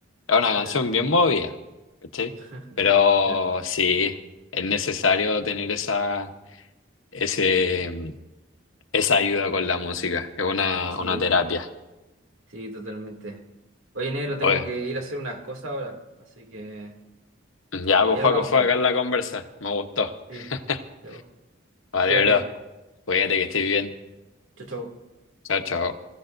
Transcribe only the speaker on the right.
Ya.
<laughs>
Ya.
Sí,
sí, totalmente. Oye, negro, tengo
que ir a hacer unas cosas ahora, así que
ahí hablamos,
pues.
Sí,
ya, po.
Cuídate.
Chau, chau.